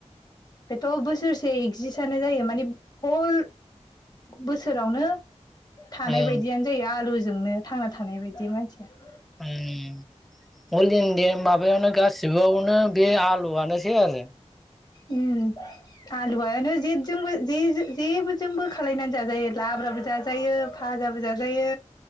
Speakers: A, on the left; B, in the centre.
A: बेथ' बोसोरसे एक्जिस आनो जायो मानि बल बोसोरावनो। थानाय
B: ओं
A: बायदियानोजायो आलुजोंनो थांनाथानाय बायदि मानसिया
B: ओम अल इन्दिआ माबायावनो गासिबोआवनो बे आलु आनोसै आरो
A: उम आलुुआनो जेदजोंबो बे जे जेबोजोंबो खालायनानै जाजायो लाब्राबो जाजायो भाजाबो जाजायो।